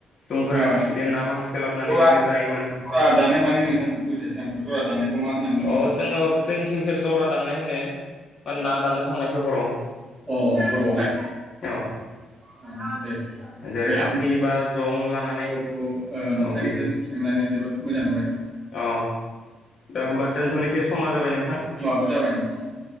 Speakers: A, on the left; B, on the right.
A: दुंफोरा
B: ओ
A: बिदिनो ना माखासे लाबोनानै
B: जरा
A: बिदिनो जायोमोन।
B: जरा दाननाय माने नोंथां <unintelligible> बुङो?
A: अ जोङो जोंनिथिं जरा दाननाय होनो। ना दाननो थांनायखो हराव
B: अ बर'आवहाय
A: औ
B: <unintelligible>
A: जेरै
B: दे आं
A: खासि बा जं लानानै
B: माखासेखौ नोंथांनिफ्राय
A: ओ बे
B: मिथिनो मोननानै जोबोद मोजां नुबाय
A: अ दा होमबा दोनथ'नोसै समा जाबाय नों
B: समाबो जाबाय नोंथां